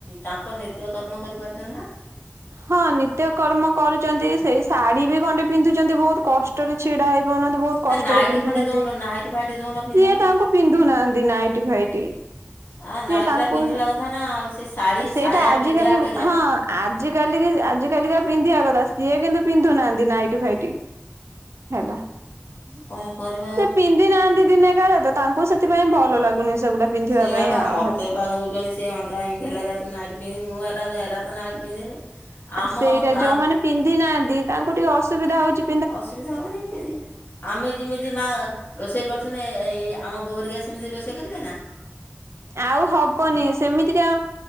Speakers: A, on the left; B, on the right.
A: ତାଙ୍କ ନିତ୍ୟକର୍ମ କରିପାରୁଚନ୍ତି ନା।
B: ହଁ ନିତ୍ୟକର୍ମ କରୁଚନ୍ତି ସେଇ ଶାଢୀ ବି ଖଣ୍ଡେ ପିନ୍ଧୁଚନ୍ତି ବହୁତ କଷ୍ଟରେ ଛିଡ଼ା ହେଇ ବୋଉ ଅନାନ୍ତୁ ବହୁତ
A: ନା
B: କଷ୍ଟରେ
A: ନାଇଟି
B: ପିନ୍ଧୁଛନ୍ତି
A: ଖଣ୍ଡେ ଦେଉନ
B: ସିଏ
A: ନାଇଟି ଫାଇଟି ଦେଉନ ପିନ୍ଧନ୍ତେ
B: ତାଙ୍କୁ ପିନ୍ଧୁନାହାନ୍ତି ନାଇଟି ଫାଇ ସିଏ
A: ଆଉ ନାଇଟିଟା
B: ତାଙ୍କୁ
A: ପିନ୍ଧିବା କଥା ନା ଆଉ ସେ ଶାଢ଼ୀ
B: ସେଇଟା
A: ସାୟା
B: ଆଜିିକାଲି
A: ପିନ୍ଧିବା ଅପେକ୍ଷା
B: ହଁ ଆ ଆଜି କାଲିକି ଆଜି କାଲିକା ପିନ୍ଧିବା କଥା ସିଏ କିନ୍ତୁ ପିନ୍ଧୁ ନାହାନ୍ତି ନାଇଟି ଫାଇଟି। ହେଲା
A: କ'ଣ କରିବା
B: ସେ
A: ଆଉ
B: ପିନ୍ଧି ନାହାନ୍ତି ଦିନେ କାଳେ ତ ତାଙ୍କୁ ସେଥିପାଇଁ ଭଲ ଲାଗୁନି ସେଗୁଡା ପିନ୍ଧିବା
A: ସେଇଆପା
B: ପାଇଁ ଆଉ
A: ମତେ
B: ହେଲା।
A: ପା କହୁଛନ୍ତି ସେ ଅଣ୍ଟା ଏମିତି ହେଲା ଯା ତୁ ନାଇଟି ପିନ୍ଧି ମୁଁ ହେରା ହେରା ତ ନାଇଟ ପିନ୍ଧିନି। ଆମ
B: ଆ ସେଇଟା
A: କା
B: ଯୋଉମାନେ ପିନ୍ଧି ନାହାନ୍ତି ତାଙ୍କୁ ଟିକେ ଅସୁବିଧା ହଉଚି
A: ଅସୁବିଧା ହବନି କେମିତି ଆମେ ଯେମିତି ମା ରୋଷେଇ କରୁଥୁନେ ଏ ଆମ ବୋହୂ ହେରିକା ସେମିତି ରୋଷେଇ କରିବେ ନା।
B: ଆଉ ହବନି ସେମିତିକା